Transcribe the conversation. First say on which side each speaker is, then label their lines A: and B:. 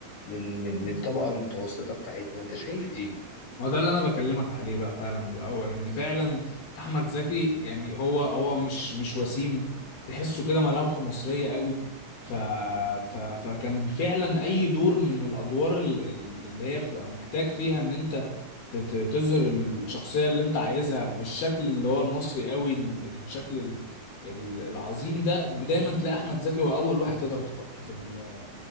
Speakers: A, on the left (about 60°); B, on the left (about 75°).
A: من من من الطبقة المتوسطة بتاعتنا انت شايف ايه
B: هو ده اللي انا بكلمك عليه بقى فعلا من الاول ان فعلا احمد زكي يعني هو هو مش مش وسيم تحسه كده ملامحه مصريه قوي ف... ف... فكان فعلا اي دور من الادوار ال- ال- اللي هي بتبقى محتاج فيها ان انت ت- ت- تظهر الشخصية اللي انت عايزها بالشكل اللي هو المصري قوي ال- الشكل ال- ال- العظيم ده دايما تلاقي احمد زكي هو اول واحد تقدر تحطه في ال